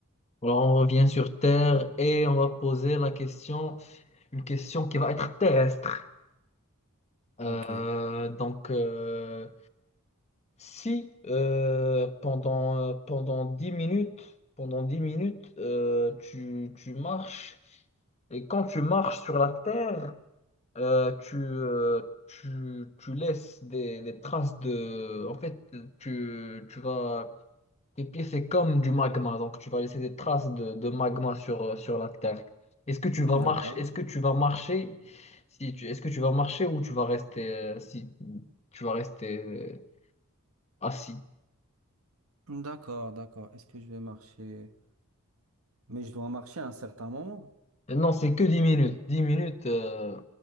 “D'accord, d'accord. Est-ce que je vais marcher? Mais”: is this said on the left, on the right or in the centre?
Right